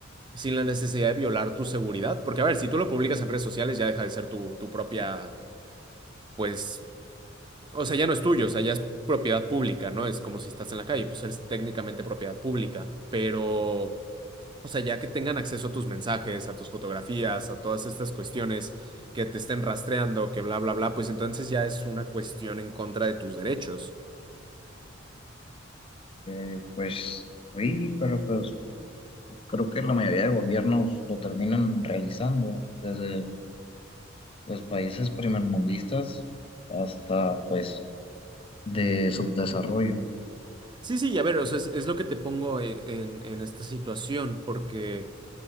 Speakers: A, on the right (about 25°); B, on the left (about 30°).
A: sin la necesidad de violar tu seguridad. Porque, a ver, si tú lo publicas en redes sociales ya deja de ser tu, tu propia, pues O sea, ya no es tuyo, o sea, ya es propiedad pública, ¿no? Es como si estás en la calle, pues eres técnicamente propiedad pública, pero, o sea, ya que tengan acceso a tus mensajes, a tus fotografías, a todas estas cuestiones que te estén rastreando, que bla, bla, bla, pues entonces ya es una cuestión en contra de tus derechos.
B: eh, pues sí, pero pues Creo que la mayoría de gobiernos lo terminan realizando, desde pues países primermundistas hasta pues de subdesarrollo.
A: Sí, sí, y a ver, o sea, es, es lo que te pongo en, en en esta situación, porque...